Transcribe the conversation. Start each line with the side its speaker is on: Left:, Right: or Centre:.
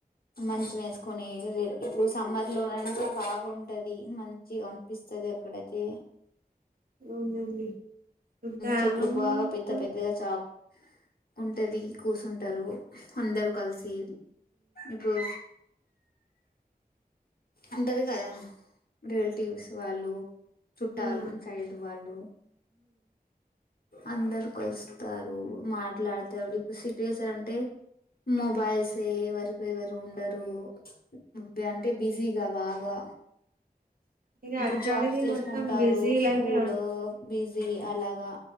Left: మంచి వేసుకొని ఇప్పుడు సమ్మర్ లోనాంటే బాగుంటది మంచి గా అనిపిస్తది అక్కడైతే
Right: అవునండి ఇప్పుడు గ్రామంతో
Left: చెట్లు బాగా పెద్ద పెద్దగా చాక్ ఉంటది కూసుంటరు అందరు కలిసి ఇప్పుడు ఉంటది కదా రియల్టివ్స్ వాళ్ళు చుట్టాల్
Right: ఆ
Left: న్ సైడ్ వాళ్ళు అందరు కలుస్తారు, మాట్లాడతాడు, ఇప్పుడు సిటీయస్ అంటే మొబైల్స్ ఏ ఎవరకు ఎవరు ఉండరు. బ అంటే బిజీగా బాగా.
Right: ఇక
Left: ఇప్పుడు
Right: అక్కడిది
Left: జాబ్స్ చేసుకుంటారు
Right: మొత్తం బిజీ
Left: స్కూలు
Right: లైఫే
Left: బిజీ అలాగా